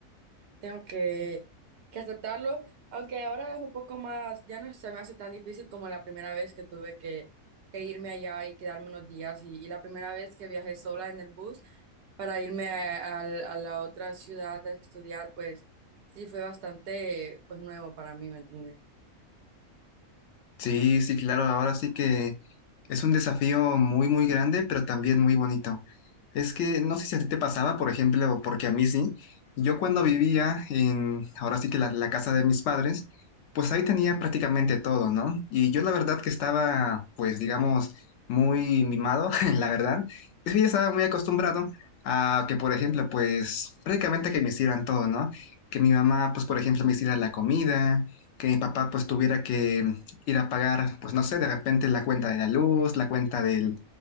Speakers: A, on the right; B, on the left.
A: Tengo que, que aceptarlo, aunque ahora es un poco más, ya no se me hace tan difícil como la primera vez que tuve que, que irme allá y quedarme unos días y, y la primera vez que viajé sola en el bus para irme a, a- a la otra ciudad a estudiar, pues sí fue bastante pues nuevo para mí, ¿me entiendes?
B: Sí, sí, claro, ahora sí que es un desafío muy, muy grande, pero también muy bonito. Es que no sé si a ti te pasaba, por ejemplo, porque a mí sí. Yo cuando vivía en, ahora sí que la, la casa de mis padres, pues ahí tenía prácticamente todo, ¿no? Y yo la verdad que estaba, pues digamos, muy mimado, <laughs> la verdad. Es que ya estaba muy acostumbrado a que, por ejemplo, pues prácticamente que me hicieran todo, ¿no? Que mi mamá, pues por ejemplo, me hiciera la comida, que mi papá pues tuviera que ir a pagar, pues no sé, de repente la cuenta de la luz, la cuenta del